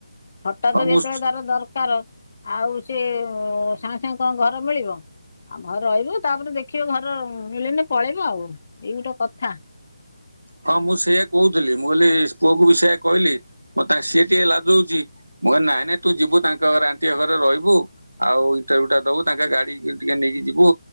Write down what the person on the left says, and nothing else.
ହଠାତ
ଯେତେବେଳେ
ତାର ଦରକାର ଆଉ ସେ ସାଙ୍ଗେ ସାଙ୍ଗେ କଣ ଘର ମିଳିବ? ଆମ ଘରେ ରହିବ ତାପରେ ଦେଖିବ ଘର ମିଳିଲେ ପଳେଇବ, ଆଉ ଏଇ ଗୋଟେ କଥା।